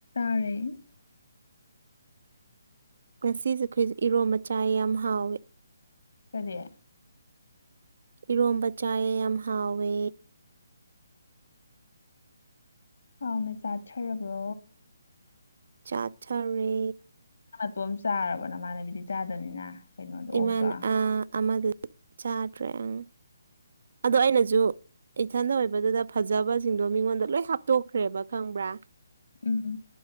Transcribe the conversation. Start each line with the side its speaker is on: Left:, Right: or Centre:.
Left: ꯃꯥꯥꯔꯦ
Right: ꯉꯁꯤꯁꯦ ꯑꯩꯈꯣꯏꯁꯦ ꯏꯔꯣꯝꯕ ꯆꯥꯌꯦ ꯌꯥꯝ ꯍꯥꯎꯋꯤ
Left: ꯀꯔꯤ
Right: ꯏꯔꯣꯝꯕ ꯆꯥꯏꯌꯦ ꯌꯥꯝ ꯍꯥꯎꯋꯦ
Left: ꯍꯥꯎꯅ ꯆꯥꯊꯥꯔꯕꯣ
Right: ꯆꯥꯊꯔꯦ
Left: ꯅꯥꯇꯣꯝ ꯆꯥꯔꯕꯣ ꯃꯥꯃꯅꯕꯤꯗꯤ ꯆꯥꯗꯕꯅꯤꯅ ꯀꯩꯅꯣꯗꯣ ꯑꯣꯛꯇꯣ
Right: ꯏꯃꯥꯟ ꯑ ꯑꯃꯗꯨ ꯗꯤ ꯆꯥꯗ꯭ꯔꯦ ꯑꯪ ꯑꯗꯣ ꯑꯩꯅꯁꯨ ꯏꯊꯟꯗ ꯑꯣꯏꯕꯗꯨꯗ ꯐꯖꯕꯁꯤꯡꯗꯣ ꯃꯤꯉꯣꯟꯗ ꯂꯣꯏ ꯍꯥꯞꯇꯣꯛꯈ꯭ꯔꯦꯕ ꯈꯪꯕ꯭ꯔꯥ
Left: ꯎꯝ